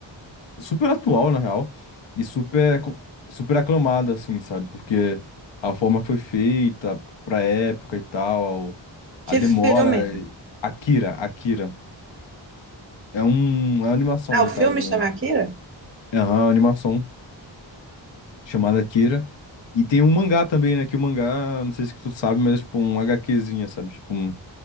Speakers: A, on the left (about 70°); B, on the right (about 25°).
A: super atual, na real, e super, co- super aclamada, assim, sabe? Porque a forma que foi feita pra época e tal, a
B: Que
A: demora.
B: filme?
A: e- Akira, Akira. É um, é uma animação,
B: Ah,
A: no
B: o filme
A: caso. um-
B: chama Akira?
A: Aham, uma animação chamada Akira. E tem um mangá também, né? Que o mangá, não sei se tu sabe, mas é tipo um HQzinha, sabe? Tipo um,